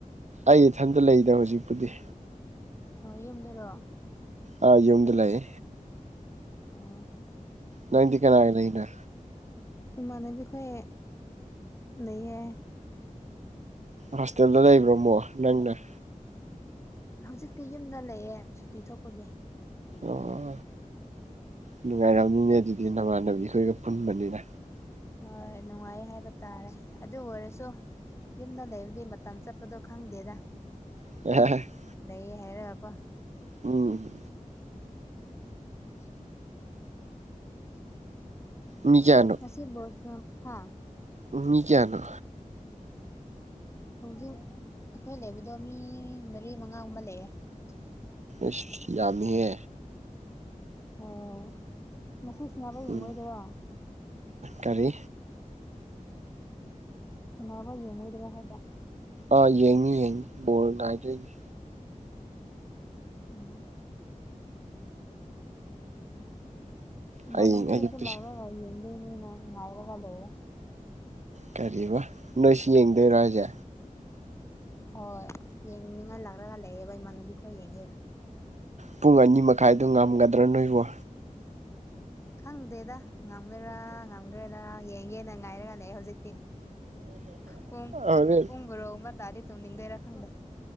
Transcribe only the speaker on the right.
ꯑꯩ ꯏꯊꯟꯇ ꯂꯩꯗ ꯍꯧꯖꯤꯛꯄꯨꯗꯤ
ꯑꯥ ꯌꯨꯝꯗ ꯂꯩꯌꯦ
ꯅꯪꯗꯤ ꯀꯅꯥꯒ ꯂꯩꯅꯣ
ꯍꯣꯁꯇꯦꯜꯗ ꯂꯩꯕ꯭ꯔꯥꯃꯣ ꯅꯪꯅ
ꯑꯣ ꯅꯨꯡꯉꯥꯏꯔꯝꯅꯤꯅꯦ ꯑꯗꯨꯗꯤ ꯅꯃꯥꯟꯅꯕꯤ ꯈꯣꯏꯒ ꯄꯨꯟꯕꯅꯤꯅ
<unintelligible>
ꯎꯝ
ꯃꯤ ꯀꯌꯥꯅꯣ
ꯎꯝ ꯃꯤ ꯀꯌꯥꯅꯣ
ꯏꯁ ꯌꯥꯝꯃꯤꯍꯦ
ꯎꯝ ꯀꯔꯤ
ꯑꯥ ꯌꯦꯡꯅꯤ ꯌꯦꯡꯅꯤ ꯕꯣꯜ ꯉꯥꯏꯗꯣꯏꯅꯤ
ꯍꯌꯦꯡ ꯑꯌꯨꯛꯇꯁꯨ
ꯀꯔꯤꯕ ꯅꯣꯏꯁꯨ ꯌꯦꯡꯗꯣꯏꯔꯣ ꯍꯥꯏꯁꯦ
ꯄꯨꯡ ꯑꯅꯤ ꯃꯈꯥꯏꯗꯣ ꯉꯝꯒꯗ꯭ꯔꯥ ꯅꯣꯏꯕ
ꯍꯣꯔꯦꯟ